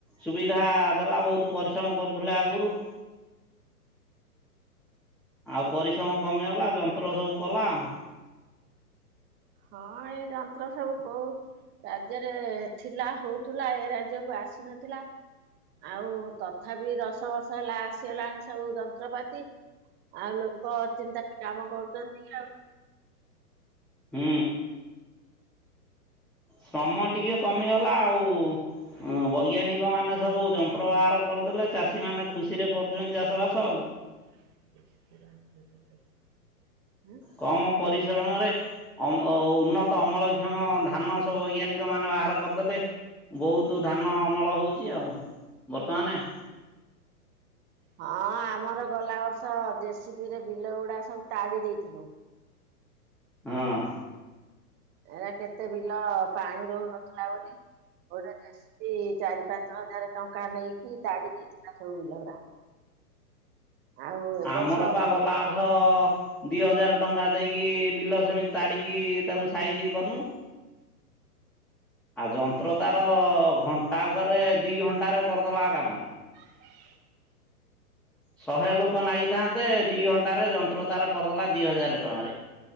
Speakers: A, in the centre; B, on the right (about 20°).
A: ସୁବିଧା ଦେଲା ବହୁତ ପରିଶ୍ରମ କରୁଥିଲେ ଆଗରୁ। ଆଉ ପରିଶ୍ରମ କମିଗଲା ଯନ୍ତ୍ର ସବୁ କଲା ଆଉ।
B: ହଁ ଏଇ ଯନ୍ତ୍ର ସବୁ କହୁ ରାଜ୍ୟରେ ଥିଲା ହଉଥିଲା ଏ ରାଜ୍ୟକୁ ଆସିନଥିଲା। ଆଉ ତଥାପି ଦଶ ବର୍ଷ ହେଲା ଆସିଗଲାଣି ସବୁ ଯନ୍ତ୍ରପାତି। ଆଉ ଲୋକ ଅଚିନ୍ତାରେ କାମ କରୁଚନ୍ତି ଆଉ।
A: ହୁଁ। ଶମୟ ଟିକେ କମିଗଲା ଆଉ। ହଁ ବୈଜ୍ଞାନିକ ମାନ ସବୁ ଯନ୍ତ୍ର ବାହାର କରିଦେଲେ ଚାଷୀମାନେ ଖୁସିରେ କରୁଚନ୍ତି ଚାଷବାସ ଆଉ।
B: <unintelligible> ପୁରା ଆଣିଦବୁ <unintelligible> ହଁ।
A: କମ ପରିଶ୍ରମରେ ଅମ ଉନ୍ନତ ଅମଳକ୍ଷମ ଧାନ ସବୁ ବୈଜ୍ଞାନିକ ମାନେ ବାହାର କରିଦେଲେ। ବହୁତୁ ଧାନ ଅମଳ ହଉଚି ଆଉ ବର୍ତ୍ତମାନେ।
B: ହଁ ଆମର ଗଲା ବର୍ଷ ଜେସିପିରେ ବିଲ ଗୁଡା ସବୁ ତାଡି ଦେଇଥିଲୁ।
A: ହଁ।
B: ଏରା କେତେ ବିଲ ପାଣି ରହୁନଥିଲା ବୋଲି ଗୋଟେ ଜେସିପି ଯେଶିପି ଚାରି ପାଞ୍ଚ ହଜାର ଟଙ୍କା ନେଇକି ତାଡି ଦେଇଥିଲା ସବୁ ବିଲ ଉରା। <inaudible>
A: ଆମର
B: ବର୍ଷ
A: ପା ଗଲା ବର୍ଷ ଦି ହଜାର ଟଙ୍କା ଦେଇକି ବିଲ ସେମିତି ତାଡିକି ତାକୁ ସାଇଜି କନୁ। ଆଉ ଯନ୍ତ୍ର ତାର ଘଣ୍ଟାକରେ ଦି ଘଣ୍ଟାରେ କରିଦେଲା କାମ।
B: <unintelligible>
A: ଶହେ ଲୋକ। ଲୋକ ନାଗିଥାନ୍ତେ ଦି ଘଣ୍ଟାରେ ଯନ୍ତ୍ର ତାର କରିଦେଲା ଦି ହଜାରେ ଟଙ୍କାରେ।